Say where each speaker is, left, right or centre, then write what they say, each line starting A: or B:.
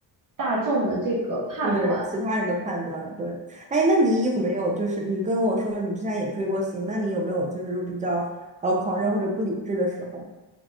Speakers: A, on the right (about 45°); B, on the right (about 20°).
A: 大众的这个判断。
B: 对其他人的判断，对，哎，那你有没有就是你跟我说你之前也追过星，那你有没有就是说比较呃狂热或者不理智的时候？